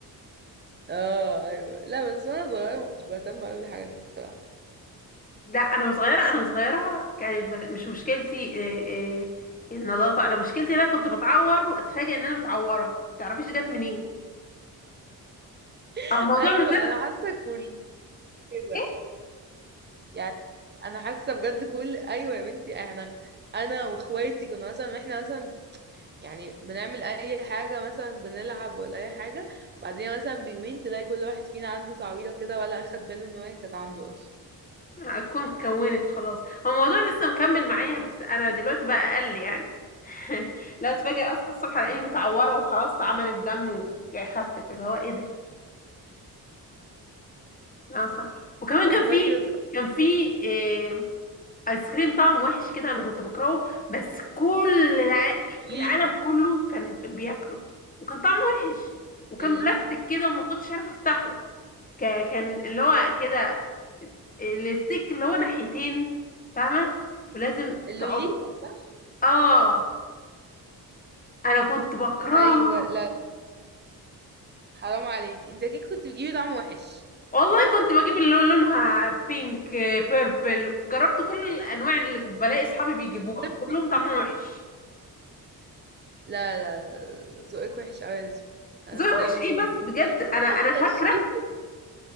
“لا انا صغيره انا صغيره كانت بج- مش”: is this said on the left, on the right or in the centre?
Left